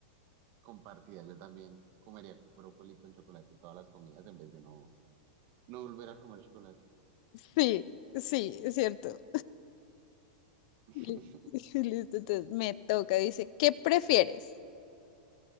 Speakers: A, on the right; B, on the left.
A: compartida. Yo también comería brócoli con chocolate todas las comidas en vez de no, no volver a comer chocolate.
B: Sí, sí, es cierto.
A: <laughs>
B: Li- <laughs> Listo, entonces me toca. Dice, ¿qué prefieres?